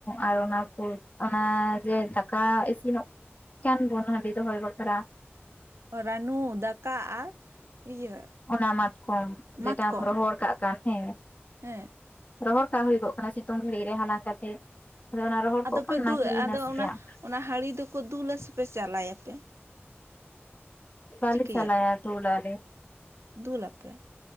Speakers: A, on the left; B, on the right.
A: ᱟᱨ ᱚᱱᱟ ᱠᱚ ᱚᱱᱟ ᱡᱮ ᱫᱟᱠᱟ ᱤᱥᱤᱱᱚᱜ ᱠᱮᱱ ᱵᱳᱱ ᱦᱟᱺᱰᱤ ᱫᱚᱦᱚᱭ ᱵᱟᱠᱷᱨᱟ
B: ᱨᱟᱹᱱᱩ ᱫᱟᱠᱟ ᱟᱨ ᱤᱭᱟᱹ
A: ᱚᱱᱟ ᱢᱟᱛᱠᱚᱢ ᱡᱮᱴᱟᱢ
B: ᱢᱟᱛᱠᱚᱢ
A: ᱨᱚᱦᱚᱲ ᱠᱟᱜ ᱠᱟᱱ ᱦᱮᱸ
B: ᱦᱮᱸ
A: ᱨᱚᱦᱚᱲ ᱠᱟᱜ ᱦᱩᱭᱩᱜᱚᱜ ᱠᱟᱱᱟ ᱥᱤᱛᱩᱝ ᱜᱷᱟᱹᱲᱤᱡ ᱨᱮ ᱦᱟᱸᱞᱟᱝ ᱠᱟᱛᱮᱫ ᱟᱫᱚ ᱚᱱᱟ ᱨᱚᱦᱚᱲ
B: ᱟᱫᱚ
A: ᱠᱚ ᱠᱟᱱ
B: ᱯᱮ
A: ᱱᱟᱠᱤ
B: ᱫᱩ ᱟᱫᱚ
A: ᱱᱟᱥᱮᱭᱟᱜ
B: ᱚᱱᱟ ᱚᱱᱟ ᱦᱟᱹᱲᱤ ᱫᱚᱠᱚ ᱫᱩᱞᱟ ᱟᱥᱮ ᱯᱮ ᱪᱟᱞᱟᱭᱟ ᱯᱮ
A: ᱵᱟᱞᱤ
B: ᱪᱤᱠᱟᱹᱭᱟᱠᱚ
A: ᱪᱟᱞᱟᱭᱟ ᱫᱩᱞ ᱟᱞᱮ
B: ᱫᱩᱞᱟᱯᱮ